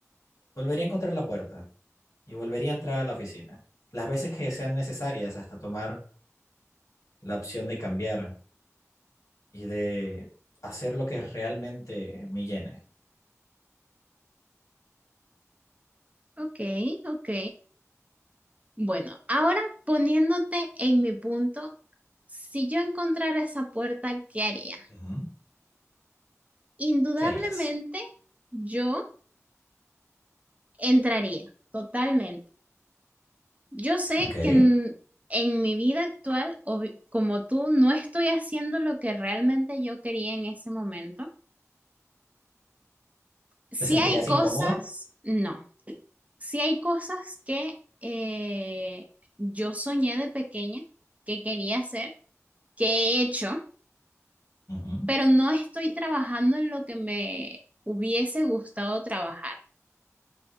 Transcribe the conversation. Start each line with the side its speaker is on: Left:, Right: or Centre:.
Left: Volvería a encontrar la puerta, y volvería a entrar a la oficina. Las veces que sean necesarias hasta tomar la opción de cambiar y de hacer lo que realmente me llene.
Right: ok, ok. Bueno, ahora poniéndote en mi punto, si yo encontrara esa puerta, ¿qué haría?
Left: Ujú.
Right: Indudablemente
Left: ¿Qué harías?
Right: yo entraría, totalmente. Yo sé
Left: Ok. ¿Te
Right: que en, en mi vida actual, obvi- como tú, no estoy haciendo lo que realmente yo quería en ese momento. Si
Left: sentirías
Right: hay cosas,
Left: incómoda?
Right: no. sí hay cosas que eh, yo soñé de pequeña que quería hacer, que he hecho,
Left: Ujú.
Right: pero no estoy trabajando en lo que me hubiese gustado trabajar.